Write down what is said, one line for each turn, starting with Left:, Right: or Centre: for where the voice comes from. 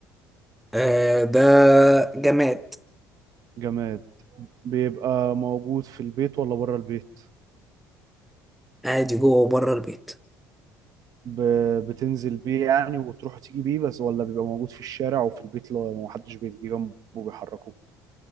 Centre: آه ده جماد
Right: جماد بيبقى موجود في البيت ولا بره البيت
Centre: عادي جوه وبره البيت
Right: ب... بتنزل بيه يعني وتروح وتيجي بيه بس ولا بيبقى موجود في الشارع وفي البيت لو محدش بيجي جنبه بيحركه